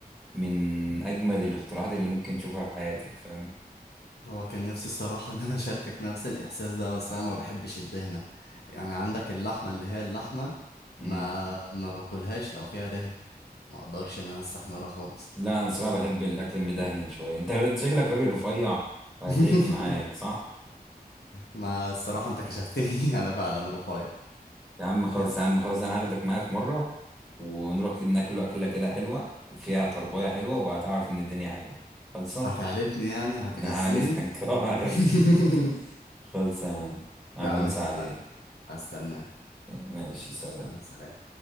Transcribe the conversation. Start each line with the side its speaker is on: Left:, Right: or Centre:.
Centre: من اجمد الاختراعات اللي ممكن تشوفها في حياتك فاهم
Left: هو كان نفسي الصراحه <laughs> ان انا اشاركك نفس الاحساس ده بس انا ما بحبش الدهنه يعني عندك اللحمه اللي هي اللحمه
Centre: مم.
Left: ما ما باكلهاش لو فيها دهنه ما اقدرش ان انا استحملها خالص
Centre: لا انا صراحه بحب الاكل المدهن شويه انت انت شكلك راجل رفيع وهتعبني
Left: <laughs>
Centre: معاك صح
Left: ما الصراحه انت كشفتني <laughs> انا فعلا رفيع
Centre: يا عم خلاص
Left: دي حقيقة.
Centre: يا عم خلاص انا هاخدك معايا في مره ونروح كده ناكله اكله كده حلوه فيها طربايه حلوه وهتعرف ان الدنيا حلوه خلصه
Left: هتعلفني يعني هتغذيني
Centre: انا هعلفك <laughs> وهغذيك
Left: <laughs>
Centre: خلصه يا عم اهلا
Left: يا عم
Centre: مسا
Left: اتفقنا
Centre: عليك
Left: هستناك
Centre: ماشي سلام
Left: يلا سلام